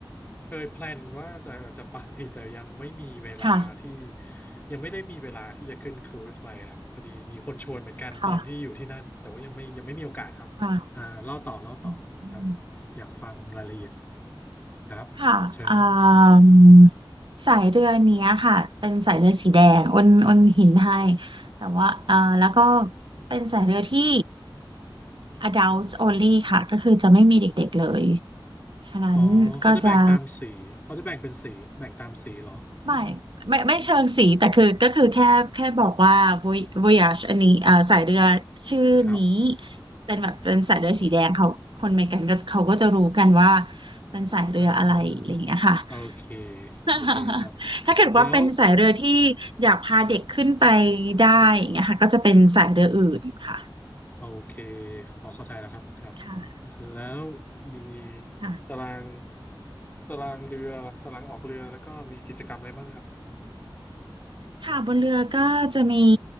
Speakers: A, on the left (about 20°); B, on the right (about 65°).
A: เคยแพลนว่าจะจะไป <laughs> แต่ยังไม่มีเวลาที่
B: ค่ะ
A: ยังไม่ได้มีเวลาที่จะขึ้นครูซไปครับพอดีมีคนชวนเหมือนกันตอนที่อยู่ที่นั่นแต่ว่ายังไม่ยังไม่มีโอกาสครับอ่าเล่าต่อเล่าต่อครับ
B: ค่ะค่ะอืม
A: อยากฟังรายละเอียดครับเชิญครับ
B: ค่ะอ่ามสายเรือเนี้ยค่ะเป็นสายเรือสีแดงอ้นอ้นหินให้แต่ว่าอ่าแล้วก็เป็นสายเรือที่ adults only ค่ะก็คือจะไม่มีเด็กๆเลยฉะนั้นก็จะ
A: อ๋อเขาจะแบ่งตามสีเขาจะแบ่งเป็นสีแบ่งตามสีเหรออืม
B: ไม่ไม่ไม่เชิงสีแต่คือก็คือแค่แค่บอกว่า Voy- Voyage อันนี้เอ่อสายเรือชื่อนี้
A: ครับ
B: เป็นแบบเป็นสายเรือสีแดงเขาคนอเมริกันก็เขาก็จะรู้กันว่าเป็นสายเรืออะไรอะไรอย่างเงี้ยค่ะ
A: อ่า <laughs> โอเค
B: <laughs>
A: โอเคครับ
B: ถ้าเกิดว่าเป็นสายเรือที่
A: แล้ว
B: อยากพาเด็กขึ้นไปได้อย่างเงี้ยค่ะก็จะเป็นสายเรืออื่นค่ะ
A: โอเคพอเข้าใจแล้วครับครับ
B: ค่ะ
A: แล้วมี
B: ค่ะ
A: ตารางตารางเรือตารางออกเรือแล้วก็มีกิจกรรมอะไรบ้างครับ
B: ค่ะบนเรือก็จะมี